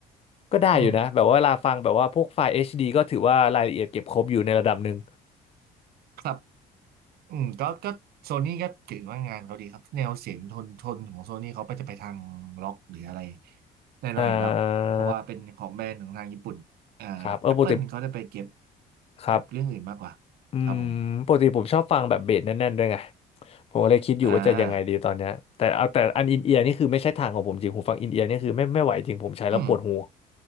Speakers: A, on the left; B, on the right.
A: ก็ได้อยู่นะแบบว่าเวลาฟังแบบว่าพวกไฟล์
B: อืม
A: HD ก็ถือว่ารายละเอียดเก็บครบอยู่ในระดับหนึ่ง
B: ครับอืมก็ก็โซนี่ก็ถือว่างานเขาดีครับ แนวเสียงทนทนของโซนี่เขาไปจะไปทางล็อกหรืออะไรแน่นอนอยู่แล้ว
A: อ่า
B: เพราะว่าเป็นของแบรนด์ของทางญี่ปุ่นอ่าแอปเปิลเขาจะไปเก็บ
A: ครับเออปกติครับ
B: เก็บเรื่องอื่นมากกว่า
A: อืม
B: ครับผม
A: ปกติผมชอบฟังแบบเบสแน่นๆด้วยไง ผมก็เลยคิดอยู่ว่าจะยังไงดีตอนเนี้ยแต่เอาแต่อันอินเอียร์นี่คือไม่ใช่ทางของผมจริงหูฟังอินเอียร์นี่คือไม่ไม่ไหวจริงผมใช้แล้วปวดหู
B: อ่าอืม